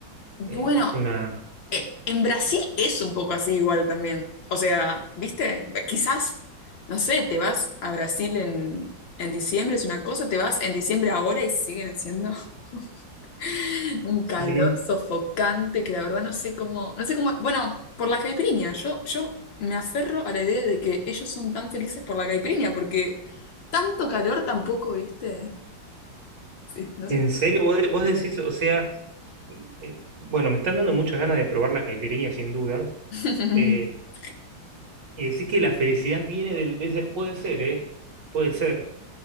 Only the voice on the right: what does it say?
eh, es una,
sí.
En
serio, vos, de- vos decís, o sea, eh, bueno, me están dando muchas ganas de probar la caipirinha sin dudas,
eh, y decís que la felicidad viene del, de ese- puede ser, ¿eh? Puede ser.